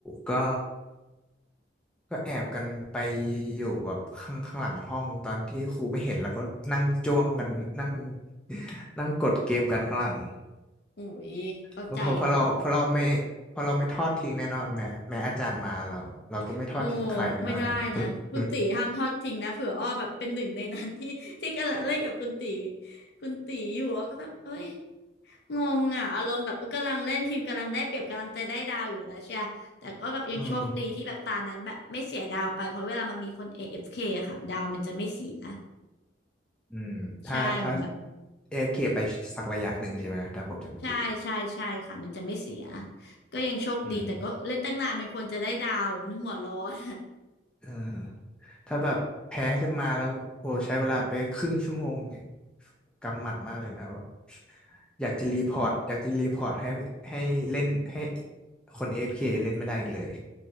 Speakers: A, in the centre; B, on the left.
A: ก็ก็แอบกันไปอยู่แบบข้างข้างหลังห้องตอนที่ครูไม่เห็นแล้วก็นั่งจ้วงกันนั่งนั่งกดเกมกันข้างหลัง
B: โอ้ยเข้าใจเลย
A: เพราะเพราเราพอเราไม่พอเราไม่ทอดทิ้งแน่นอนแม้แม้อาจารย์มาเราเราก็ไม่ทอดทิ้งใครแน่นอนฮะ
B: โอ้ไม่ได้นะ
A: <laughs>
B: คุณตีห้ามทอดทิ้งนะเผื่ออ้อแบบเป็นหนึ่งในนั้น <laughs> ที่ที่กำลังเล่นกับคุณตีคุณตีอยู่อ้อก็แบบเอ้ยงงอ่ะอารมณ์แบบกำลังเล่นทีมกำลังได้เปรียบกำลังใจะได้ดาวอยู่แล้วใช่ปะแต่ก็แบบยังโชคดีที่แบบตานั้นแบบไม่เสียดาวไป
A: อืม
B: เพราะเวลามันมีคน AFK อเอฟเคอะค่ะดาวมันจะไม่เสีย
A: อืมถ้าถ้า
B: ใช่เหมือนแบบ
A: AFK ไปสักระยะหนึ่งใช่ไหมถ้าผมจะไม่ผิด
B: ใช่ใช่ใช่ค่ะมันจะไม่เสีย ก็ยังโชคดีแต่ก็เล่นตั้งนานมันควรจะได้ดาวมันหัวร้อน
A: อืมเออถ้าแบบแพ้ขึ้นมาแล้วโอ้ใช้เวลาไปครึ่งชั่วโมงเนี่ยกำหมัดมากเลยนะแบบอยากจะรีพอร์ตอยากจะรีพอร์ตให้ให้เล่นให้คน AFK เอฟเคเล่นไม่ได้อีกเลย